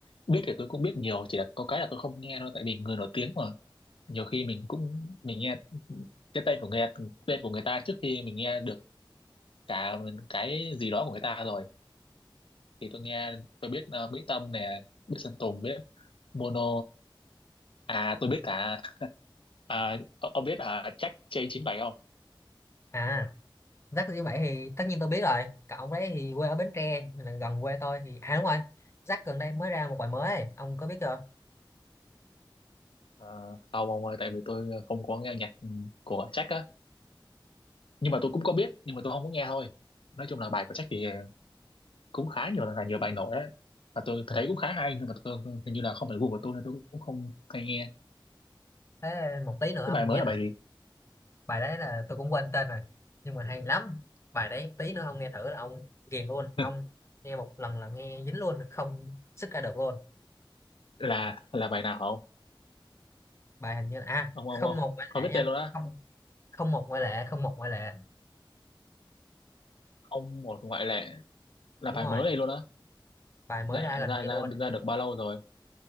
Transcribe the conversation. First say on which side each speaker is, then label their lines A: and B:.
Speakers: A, on the left; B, on the left.
A: biết thì tôi cũng biết nhiều chỉ là có cái là tôi không nghe thôi tại vì người nổi tiếng mà nhiều khi mình cũng mình nghe cái tên của người tên của người ta trước khi mình nghe được cả cái gì đó của người ta rồi thì tôi nghe tôi biết ờ, Mỹ Tâm nè biết Sơn Tùng biết Mono à tôi biết cả <laughs> à, ô- ông biết à Jack j chín bảy không
B: À Rắc như vậy thì tất nhiên tôi biết rồi cậu ông đấy thì quê ở Bến Tre nên là gần quê tôi thì à đúng rồi Rắc gần đây mới ra một bài mới ấy. ông có biết chưa
A: à, không ông ơi tại vì tôi ờ, không có nghe nhạc ừ, của Jack á nhưng mà tôi cũng có biết nhưng mà tôi không có nghe thôi nói chung là bài của Jack thì ờ, cũng khá nhiều là nhiều bài nổi á và tôi
B: Ừ.
A: thấy cũng khá hay nhưng mà tôi ừ, hình như là không phải gu của tôi nên tôi cũng không hay nghe
B: thế một tí nữa
A: cái
B: ông
A: bài mới
B: nghe
A: là
B: thử
A: bài gì
B: bài đấy là tôi cũng quên tên rồi nhưng mà hay lắm bài đấy tí nữa ông nghe thử là ông ghiền luôn ông
A: <laughs>
B: nghe một lần là nghe dính luôn không sức ra được luôn
A: là là bài nào không
B: bài hình như là à
A: ông
B: không
A: ông ông
B: một ngoại
A: không
B: lệ
A: biết
B: nha
A: tên luôn á
B: không không một ngoại lệ không một ngoại lệ
A: không một ngoại lệ là
B: đúng
A: bài
B: rồi
A: mới đây luôn á
B: bài mới
A: dạ
B: ra gần
A: ra
B: đây
A: ra
B: luôn
A: ra được bao lâu rồi